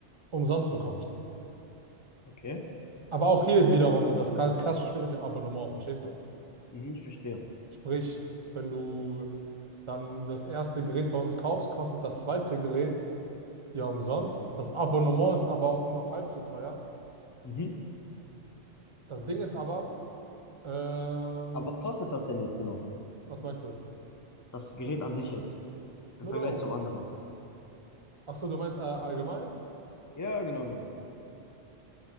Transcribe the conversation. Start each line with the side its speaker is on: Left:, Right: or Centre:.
Right: umsonst bekommst.
Left: Okay.
Right: Aber auch hier ist wiederum das kla- klassische Spiel mit dem Abonnement, verstehst du?
Left: Mhm, ich verstehe.
Right: Sprich, wenn du dann das erste Gerät bei uns kaufst, kostet das zweite Gerät Ja, umsonst. Das Abonnement ist aber auch noch halb so teuer.
Left: Mhm.
Right: Das Ding ist aber, ähm,
Left: Aber was kostet das denn jetzt genau?
Right: was meinst du?
Left: Das Gerät an sich jetzt. Im
Right: Null
Left: Vergleich
Right: Euro.
Left: zum anderen.
Right: Ach so, du meinst äh, allgemein?
Left: Ja, genau, genau.